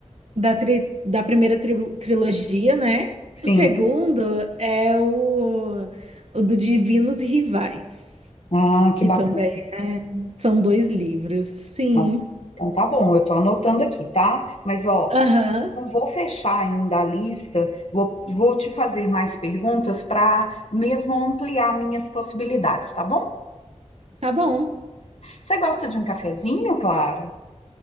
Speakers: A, on the right; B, on the left.
A: da, tri- da primeira tri- trilogia, né?
B: sim.
A: O segundo é o, o do Divinos Rivais,
B: Ah, que
A: que
B: bacana.
A: também é- são dois livros. Sim.
B: Então, então tá bom, eu tô anotando aqui, tá? Mas ó,
A: Aham,
B: não vou fechar ainda a lista, vou, vou te fazer mais perguntas para mesmo ampliar minhas possibilidades, tá bom?
A: tá bom.
B: Você gosta de um cafezinho, Clara?